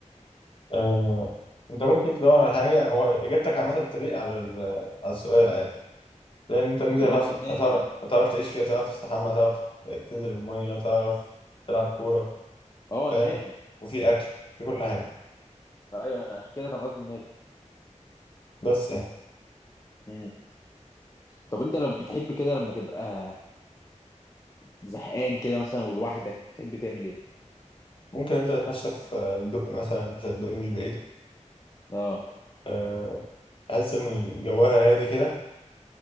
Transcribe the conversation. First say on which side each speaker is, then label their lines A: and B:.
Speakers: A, on the left; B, on the left.
A: آه، انت ممكن تدور على حاجه هو اجابتك عامه بتليق على ال- على السؤال عادي لان انت الميزه
B: اللي
A: هتعرف
B: هو النادي
A: هتعرف هتعرف تعيش فيها تعرف تستحمى تعرف تنزل الميه تعرف تلعب كوره
B: اه النادي
A: فاهم وفي اكل في كل حاجه
B: ايوه انا عشان كده كان قصدي النادي
A: بس يعني
B: امم طب انت لما بتحب كده لما تبقى زهقان كده مثلا ولوحدك تحب تعمل ايه
A: ممكن انزل اتمشى في الدق مثلا عشان الدق مش بعيد
B: اه
A: آه، احس ان جواها هادي كده